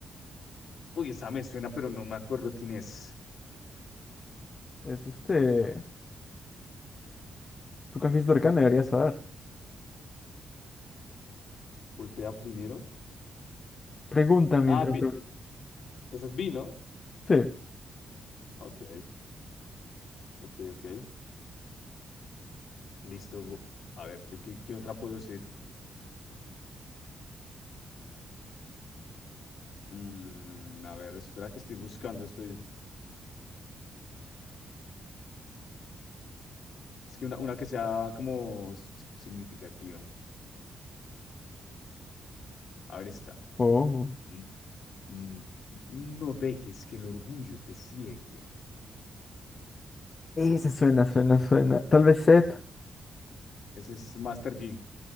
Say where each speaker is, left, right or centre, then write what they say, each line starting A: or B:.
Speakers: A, on the left; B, on the left.
A: Uy, esa me suena, pero no me acuerdo quién es.
B: Es este. Tu café de debería deberías saber.
A: Golpea primero.
B: Pregunta mientras
A: Ah, Vi-
B: golpeas.
A: esa es Vi, ¿no?
B: Sí.
A: Ok, ok, ok. Listo. bo- A ver, yo qué, qué otra puedo decir? Mm, mm, a ver, espera que estoy buscando, estoy. Es que una, una que sea como si- significativa. A ver, esta
B: Oh.
A: N- n- No dejes que el orgullo te ciegue.
B: Ese suena, suena, suena. Tal vez Seth.
A: Ese es Master G.